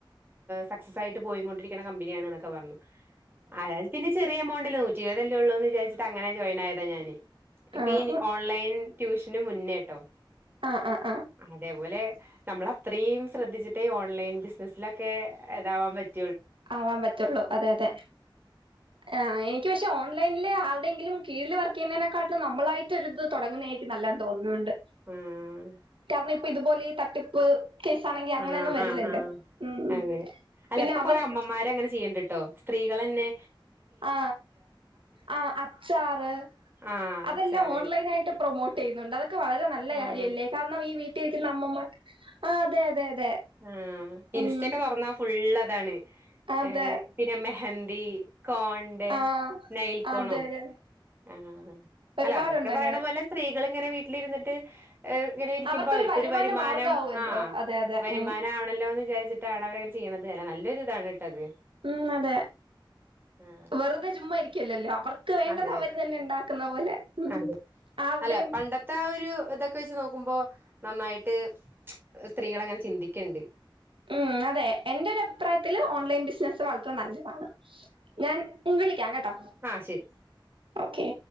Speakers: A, on the right (about 25°); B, on the right (about 85°).
A: സക്സസായിട്ട് പോയികൊണ്ടിരിക്കണ കമ്പനിയാണ് എന്നൊക്കെ പറഞ്ഞു അത് പിന്നെ ചെറിയ എമൗ നൂറ്റിരുപതല്ലേ ഉള്ളൂന്ന് വിചാരിചിട്ട് അങ്ങനെ ജോയിൻ ആയതാ ഞാന് ഇപ്പ
B: ആഹ്
A: ഓൺലൈൻ ട്യൂഷ തിന് മുന്നേട്ടോ
B: ആ ആ
A: അതേപൊലെ നമ്മള അത്രയും ശ്രദ്ധിച്ചിട്ട് ഈ ഓൺലൈൻ ബിസിനസിലക്കെ ഇതാവാൻ പറ്റ
B: ആവാൻ പറ്റുള്ളൂ അതെ അതെ ആ എനി എനിക്ക് പക്ഷെ ഓൺലൈനിൽ ആരുടെയങ്കിലും കീഴിൽ വർക്ക് ചെയ്യുന്നതിനെക്കാട്ടും നമ്മളായിട്ടൊരിത് തുടങ്ങുന്നെരിക്കും എനിക്ക് നല്ലത തോന്നുന്നിണ്ട്
A: ആഹ്
B: കാറാ ഇതുപോലെ ഈ തട്ടിപ്പ് കേസാണെങ്കി അങ്ങനെയൊന്നും
A: ആഹ്
B: വരില്ലല്ലോ
A: ആഹ് ആഹ്
B: ഉം
A: അതെ അല്ല
B: പിന്നെ
A: ഇപ്പൊ
B: അവർ
A: കൊറേ അമ്മമാര് അങ്ങനെ ചെയ്യിണ്ടിട്ടോ സ്ത്രീകൾന്നെ
B: ആ ആ അച്ചാറ്
A: ആഹ്
B: അതെല്ലാം
A: അച്ചാറ്
B: ഓൺലൈൻ ആയിട്ട് പ്രൊമോട്ട് ചെയ്യുന്നുണ്ട് അതൊക്കെ വളരെ നല്ല
A: ആഹ്
B: കാര്യല്ലേ കാരണം ഈ വീട്ടിരിക്കുന്ന അമ്മമാർ ആ അതെ അതെ അതെ
A: ആ ഇൻസ്റ്റക്കെ
B: ഉം
A: തുറന്നാ ഫുള് താണ്
B: അതെ
A: ഏ പിന്നെ മെഹൻ ടി കോണ്ട്
B: ആ
A: നൈൽ കോണോ
B: അതെ അതെ
A: ആ
B: ഒരുപാടുണ്ട്
A: അല്ല അതൊക്കെ പറയണ
B: അങ്ങനെ
A: പോലെ സ്ത്രീകൾ ഇങ്ങനെ വീട്ടിലിരുന്നിട്ട് ഇങ്ങനെ ഇരിക്കുമ്പോ
B: അവർക്കൊരു
A: അവരിക്കൊരു
B: വരുമാന
A: വരുമാനം
B: മാർഗാവുമല്ലോ
A: ആ
B: അതെ അതെ
A: വരുമാനാവണല്ലോന്ന്
B: ഉം
A: വിചാര്ച്ച്ട്ടാണ് അവരങ്ങനെ ചെയ്യ്ന്നത് അല്ലാ നല്ലൊരു താണ് ട്ടത്
B: ഉം അതെ
A: ആഹ്
B: വെർതെ ചുമ്മാ ഇരിക്കല്ലല്ലോ അവർ ക്ക് വേണ്ടത്
A: അതെ
B: അവര് തന്നെ ഇണ്ടാക്കു ന്ന പോലെ ഉം
A: അതെ
B: ആരുടെയും
A: അല്ല പണ്ടത്തെ ആ ഒരു ണ്ട് ഇതൊക്കെ വെച്ച് നോക്കുമ്പോ നന്നായിട്ട് സ്ത്രീകൾ അങ്ങനെ ചിന്തിക്കണുണ്ട്
B: ഉം അതെ എന്റെ ഒരഭ്പ്രായത്ത്ല് ഓൺലൈൻ ബിസ് സ്നസ് മാത്രം നല്ല ഞാൻ വിളിക്കാം കേട്ടാെ
A: ആ ശരി
B: ഓക്കെ